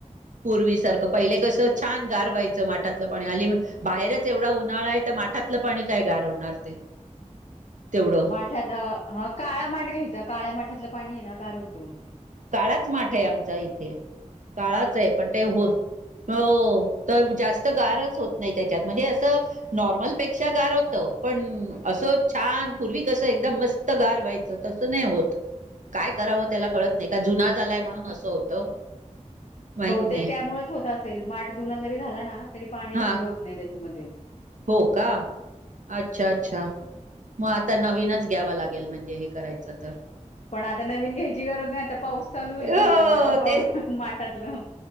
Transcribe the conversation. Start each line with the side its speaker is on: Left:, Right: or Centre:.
Right: पूर्वीसारखं पहिले कसं छान गार व्हायचं माठातलं पाणी हली बाहेरच एवढा उन्हाळा आहे तर ठातलं पाणी काय गार होणार ते! तेवढं
Left: माठात. काळा माठ घ्यायचा. काळ्या माठातलं पाणी आहे ना गार होतय मग.
Right: काळाच माठ आहे आमचा इथे. काळाच आहे पण ते हो. हो. तर जास्त गारच होत नाही त्याच्यात. म्हणजे असं नॉर्मलपेक्षा गार होत पण अस. छान पूर्वी कसं एकदम मस्त गार व्हायचं. तसं नाही होत. काय करावं त्याला कळत नाही. का जुना झालाय म्हणून असं होतं. माहित
Left: बहुतेक
Right: नाही
Left: त्यामुळेच होत असेल मठ जुना जरी झाला ना. तरी पाणी
Right: हा
Left: थंड होत नाही त्याच्यामध्ये.
Right: हो का अच्छा-अच्छा मग आता नवीनच घ्यावा लागेल. लागेल म्हणजे हे करायचं तर.
Left: पण आता नवीन घ्यायची गरज नाही, आता पाऊस चालू होईल
Right: हो
Left: ना आता, मग आता पाऊस
Right: तेच
Left: माटातलं.